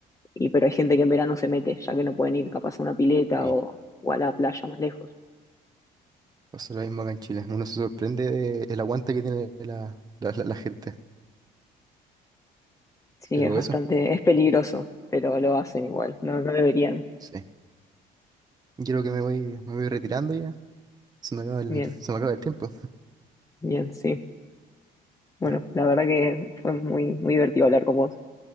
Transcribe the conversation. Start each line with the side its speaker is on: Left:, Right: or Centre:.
Left: y pero hay gente que en verano se mete, ya que no pueden ir capaz a una pileta
Right: sí.
Left: o, o a la playa más lejos.
Right: Pasa lo mismo acá en Chile. Uno se sorprende de el aguante que tiene la, la, la- la gente.
Left: Sí,
Right: Pero
Left: es bastante,
Right: eso,
Left: es peligroso, pero lo hacen igual. No, no deberían.
Right: sí. Yo creo que me voy, me voy retirando ya. Se me acaba el,
Left: Bien,
Right: se me acaba el tiempo.
Left: bien, sí. Bueno,
Right: Ya,
Left: la verdad que fue muy, muy divertido hablar con vos,